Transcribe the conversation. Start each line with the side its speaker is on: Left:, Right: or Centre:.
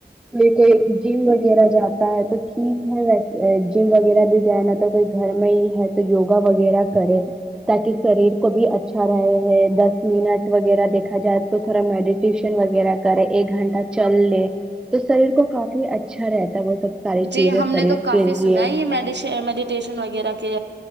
Centre: کوئی کوئی جم وغیرہ جاتا ہے تو ٹھیک ہے ویسے جم وغیرہ بھی جا اگر کوئی گھر میں ہی ہے تو یوگا وغیرہ کرے تاکہ شریر کو بھی اچھا رہے ہے دس منٹ وغیرہ دیکھا جات تو تھوڑا میڈیٹیشن وغیرہ کرے ایک گھنٹہ چل لے تو شریر کو کافی اچھا رہتا ہے وہ سب ساری
Right: جی
Centre: چیزیں
Right: ہم
Centre: شریر
Right: نے تو کافی
Centre: کے لیے
Right: سنا ہے یہ مدیشا مدی ٹیشن وغیرہ کے